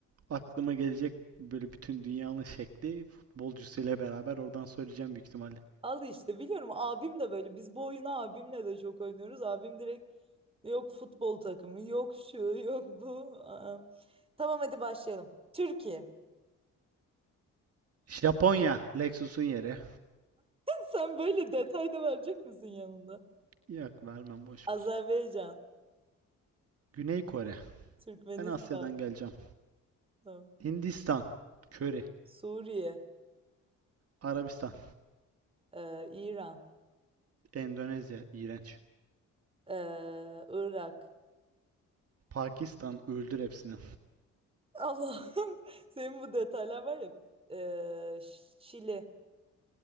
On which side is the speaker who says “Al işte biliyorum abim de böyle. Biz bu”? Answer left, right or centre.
Right